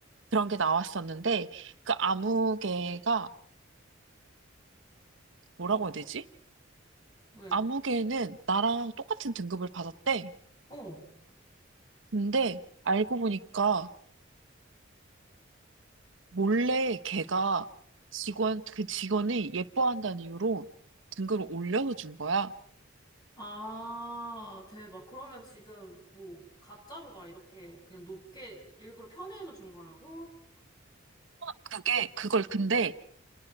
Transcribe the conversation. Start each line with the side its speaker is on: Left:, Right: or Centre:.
Right: 그런 게 나왔었는데 그 아무개가 뭐라고
Left: 어,
Right: 해야 되지?
Left: 왜?
Right: 아무개는 나랑 똑같은 등급을 받았대.
Left: 어,
Right: 근데 알고 보니까 몰래 걔가 직원 그 직원을 예뻐한다는 이유로 등급을 올려서 준 거야.
Left: 아, 대박. 그러면 지금 뭐 가짜로 막 이렇게 그냥 높게 일부러 편의해서 준 거라고?
Right: 그게 그걸 근데